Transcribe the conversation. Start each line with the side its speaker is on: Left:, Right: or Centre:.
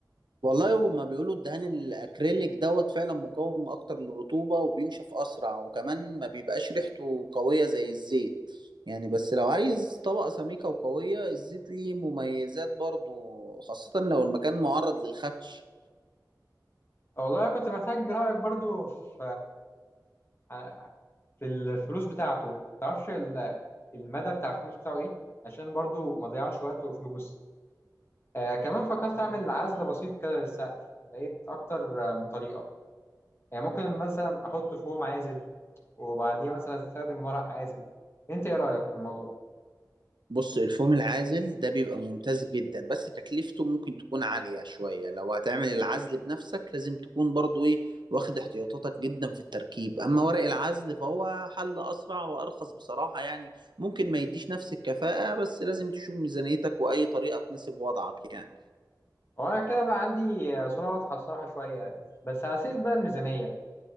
Right: والله هما بيقولوا الدهان الأكريليك دوت فعلا مقاوم أكتر للرطوبة وبينشف أسرع وكمان ما بيبقاش ريحته قوية زي الزيت يعني بس لو عايز طبقة سميكة وقوية الزيت ليه مميزات برضو خاصة لو المكان معرض للخدش
Left: والله أنا كنت محتاج رأيك برضو في آه، في الفلوس بتاعته ما تعرفش ال- المدى بتاع الفلوس بتاعه ايه عشان برضو ما اضيعش وقت وفلوس آه كمان فكرت اعمل عزل بسيط كده للسقف لقيت اكتر آه، من طريقه يعني ممكن مثلا احط فوم عازل وبعديها مثلا استخدم ورق عازل انت ايه رايك في الموضوع
Right: بص الفوم العازل ده بيبقى ممتاز جدا بس تكلفته ممكن تكون عالية شوية لو هتعمل العزل بنفسك لازم تكون برضو ايه واخد احتياطاتك جدا في التركيب اما ورق العزل فهو حل اسرع وارخص بصراحة يعني ممكن ما يديش نفس الكفاءة بس لازم تشوف ميزانيتك واي طريقة تناسب وضعك يعني
Left: هو انا كده بقى عندي آه، صوره واضحه الصراحه شويه بس على سيرة بقى الميزانيه